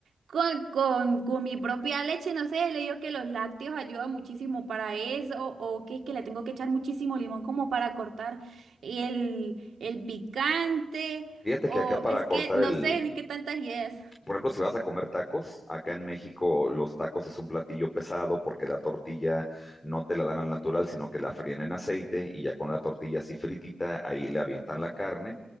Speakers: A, on the right; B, on the left.
A: con, con, con mi propia leche? No sé, he leído que los lácteos ayudan muchísimo para eso, o que es que le tengo que echar muchísimo limón como para cortar el, el picante,
B: Fíjate
A: o
B: que acá para
A: es
B: cortar
A: que no
B: el,
A: sé ni qué tantas ideas.
B: por ejemplo, si vas a comer tacos, acá en México los tacos es un platillo pesado porque la tortilla no te la dan al natural, sino que la fríen en aceite y ya con la tortilla así fritita, ahí le avientan la carne